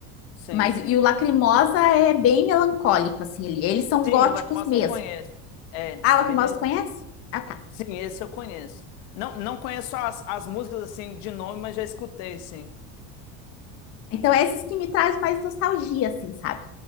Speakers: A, on the left (about 65°); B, on the left (about 45°).
A: Sim,
B: Mas
A: sim.
B: e o Lacrimosa é bem melancólico assim, ele, eles são
A: Sim,
B: góticos
A: o Lacrimosa
B: mesmo.
A: eu conheço. É,
B: Ah,
A: é
B: o Lacrimosa
A: bem melódico.
B: tu conhece? Ah, tá.
A: Sim, esse eu conheço. Não, não conheço as, as músicas, assim, de nome, mas já escutei, sim.
B: Então é esses que me traz mais nostalgia assim, sabe?